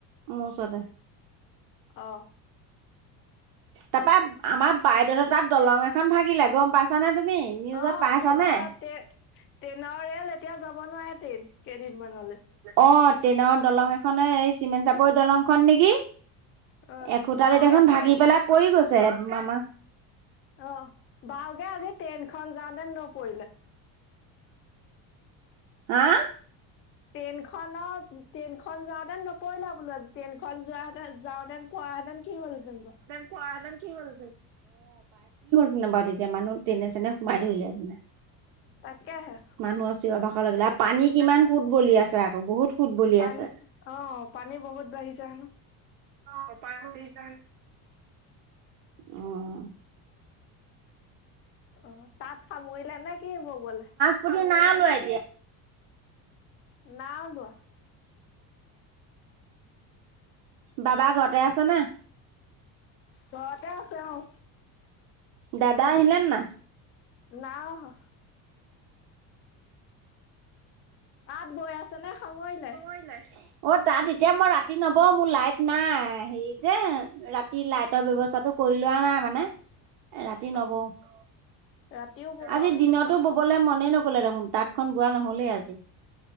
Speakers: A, on the right; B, on the left.
A: মোৰ ওচৰতে।
B: অ'।
A: তাৰপৰা আমাৰ বাইদেউ হতৰ তাত দলং এখন ভাগিলে, গম পাইছা নে তুমি? নিউজত
B: অ',
A: পাইছানে
B: ট্ৰেইনৰ ট্ৰেইনৰ ৰেল এতিয়া যাব নোৱাৰে ট্ৰেইন কেইদিনমানলৈ।
A: অ', ট্ৰেইনৰ দলং এখনে এই চিমেণ্ট চাপৰি দলংখন নেকি?
B: অ',
A: এখুতাকে
B: বাওকে
A: দেখোন
B: ট্ৰে
A: ভাগি পেলাই পৰি গৈছে মামা
B: অ', ভালকৈ আজি ট্ৰেইন খন যাওঁতে নপৰিলে।
A: হা?
B: ট্ৰাইনখনত ট্ৰেইন খন যাওঁতেন নপৰিলা বোলো আজি, ট্ৰেইন যোৱাাহেতেন যাওঁতেন পৰাহেঁতেন কি হলহেতেন
A: <unintelligible> কি হ'ল তেনে বাৰু তেতিয়া মানুহ ট্ৰাইনে চেনে সোমাই ধৰিলে হেঁতেন
B: তাকেহে।
A: মানুহৰ চিয়ৰ বাখৰ লাগিলে আৰু পানী কিমান সুত বলি আছে আকৌ বহুত সুত বলি
B: পানী
A: আছে
B: অ', পানী বহুত বাঢ়িছে হেনো।
A: <unintelligible> অ'।
B: অ', তাত সামৰিলে নেকি ববলেই?
A: স্কুটি না লোৱা এতিয়া।
B: নাও লোৱা
A: দাদা ঘৰতে আছে নে?
B: ঘৰতে আছে অ'।
A: দাদা আহিলে নাই?
B: নাই আহা। তাত বৈ আছে নে সামৰিলে?
A: <unintelligible> অ', তাত এতিয়া মই ৰাতি নবও, মোৰ লাইট নাই হেৰি যে ৰাতি লাইটৰ ব্যৱস্থাটো কৰি লোৱা নাই মানে। ৰাতি নবও,
B: অ
A: আজিৰ
B: ৰাতিও বব আকৌ
A: দিনত ববলে মনেই নগ'লে দেখোন, তাঁতখন বোৱা নহ'লেই আজি।